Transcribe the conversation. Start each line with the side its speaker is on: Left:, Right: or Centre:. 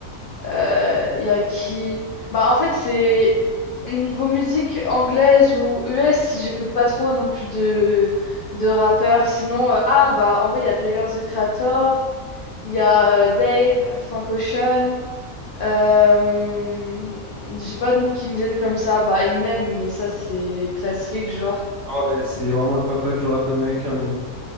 Left: euh, y a qui... Bah, en fait, c'est... Niveau musique anglaise ou US, j'écoute pas trop non plus de, de rappeurs. Sinon, euh, ah, bah, en vrai, il y a Tyler, The Creator, il y a euh, Dave, Frank Ocean, euh, j'ai pas de noms qui me viennent comme ça. Bah, Eminem, mais ça, c'est classique, genre.
Right: Ah Ouais, c'est vraiment le papa du rap américain, lui.